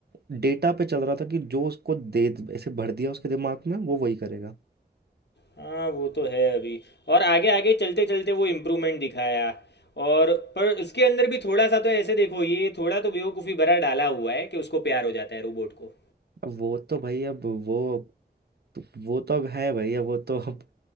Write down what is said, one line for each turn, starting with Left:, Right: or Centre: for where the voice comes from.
Right: डेटा पे चल रहा था कि जो उसको दे ऐसे भर दिया उसके दिमाग में वो वही करेगा
Left: हाँ वो तो है अभी और आगे आगे चलते चलते वो इम्प्रूवमेंट दिखाया और पर उसके अंदर भी थोड़ा सा तो ऐसे देखो ये थोड़ा तो बेवकूफ़ी भरा डाला हुआ है कि उसको प्यार हो जाता है रोबोट को
Right: अब वो तो भाई अब वो तो, वो तो अब है भाई अब वो तो अब